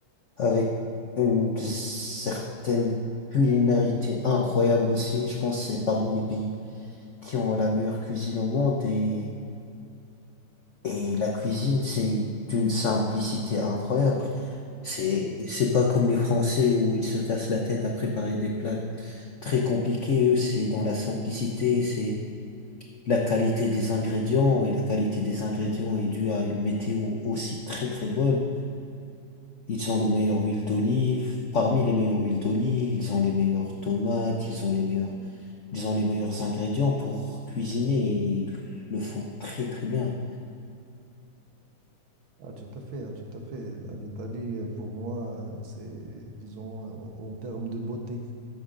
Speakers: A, on the left (about 85°); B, on the right (about 70°).
A: avec une certaine culinarité incroyable aussi. Je pense que c'est parmi les pays qui ont la meilleure cuisine au monde et... Et la cuisine, c'est d'une simplicité incroyable. C'est, c'est pas comme les Français où ils se cassent la tête à préparer des plats très compliqués. Eux, c'est dans la simplicité, c'est la qualité des ingrédients. Et la qualité des ingrédients est due à une météo aussi très très bonne. Ils ont le meilleur huile d'olive. Parmi les meilleures huiles d'olive, ils ont les meilleures tomates, ils ont les meilleurs, ils ont les meilleurs ingrédients pour cuisiner et ils le font très très bien.
B: Ah, tout à fait, ah, tout à fait. L'Italie, euh, pour moi, euh, c'est, disons, en en termes de beauté.